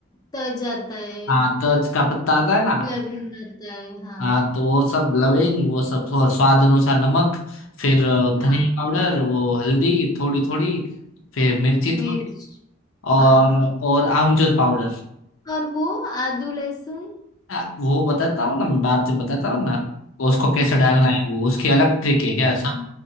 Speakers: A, on the left (about 20°); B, on the left (about 90°).
A: त जाता है
B: हाँ तवज का पत्ता आता है ना
A: लविंग जाता है हाँ
B: हाँ तो वो सब लविंग वो सब और स्वाद अनुसार नमक फिर अ,
A: हाँ
B: धनिया पाउडर वो हल्दी थोड़ी थोड़ी फिर मिर्ची
A: मिर्च
B: थोड़ी और
A: हाँ
B: और आमचूर पाउडर
A: और वो आदू लहसुन
B: आ, वो बताता हूँ ना मैं बात में बताता हूँ ना उसको कैसे
A: अच्छा
B: डालना है वो उसकी अलग ट्रिक है क्या
A: ठीक
B: सब